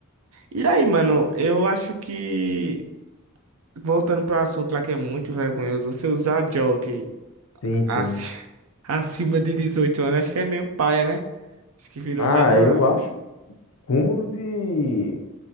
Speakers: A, on the right (about 75°); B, on the left (about 70°).
A: E aí, mano, eu acho que, voltando pro assunto lá que é muito vergonhoso, você usar jockey
B: Sim, sim.
A: ac- <laughs> acima de 18 anos, acho que é meio paia, né? Acho que virou
B: Ah,
A: mais uma.
B: eu acho um cúmulo de,